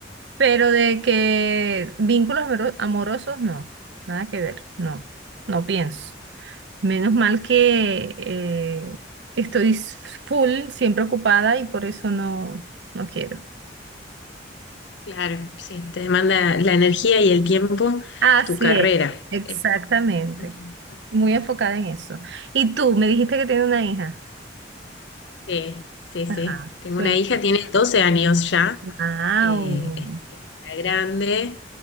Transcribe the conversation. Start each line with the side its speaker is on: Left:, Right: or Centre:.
Right: Pero de que vínculos amoro- amorosos, no, nada que ver, no, no pienso. Menos mal que eh, estoy s- full, siempre ocupada y por eso no, no quiero.
Left: Claro, sí, te demanda la energía y el tiempo,
Right: Así
Left: tu carrera.
Right: es, exactamente.
Left: Eh, ujú.
Right: Muy enfocada en eso. Y tú, me dijiste que tiene una hija.
Left: Sí, sí, sí.
Right: Ajá.
Left: Tengo
Right: Bueno,
Left: una hija, tiene 12 años ya.
Right: wow.
Left: eh, es- está grande,